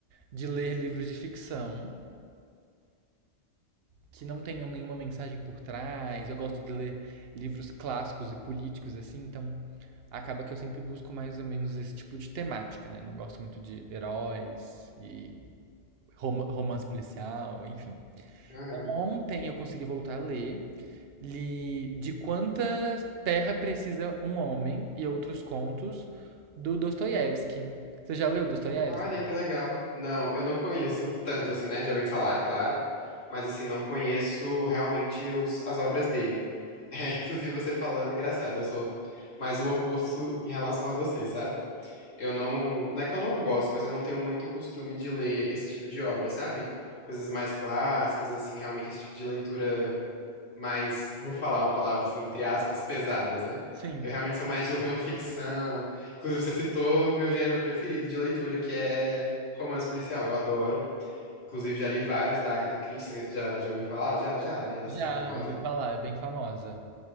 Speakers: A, on the right (about 65°); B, on the left (about 65°).
A: de ler livros de ficção que não tenham nenhuma mensagem por trás. Eu gosto de ler livros clássicos e políticos, assim, então acaba que eu sempre busco mais ou menos esse tipo de temática, né? Não gosto muito de heróis e rom- romance policial, enfim.
B: aham.
A: Ontem eu consegui voltar a ler. Li De Quanta Terra Precisa um Homem e Outros Contos, do Dostoiévski. Você já leu Dostoiévski?
B: Olha que legal. Não, eu não conheço tanto, assim, né? Já ouvi falar, é claro. Mas, assim, não conheço realmente os- as obras dele. <laughs> É, inclusive, você falando, engraçado. Eu sou mais o oposto em relação a você, sabe? Eu não. Não é que eu não gosto, mas eu não tenho muito costume de ler esse tipo de obra, sabe? Coisas mais clássicas, assim, realmente esse tipo de leitura mais. Vou falar uma palavra assim, entre aspas, pesadas, né?
A: Sim.
B: Eu realmente sou mais de <laughs> ler uma ficção. Inclusive, você citou meu gênero preferido de leitura, que é romance policial. Eu adoro. Inclusive, já li vários da Agatha Christie. Você já, já ouviu falar? Já, já, né? Ela
A: Já
B: é super famosa.
A: ouvi falar, é bem famosa.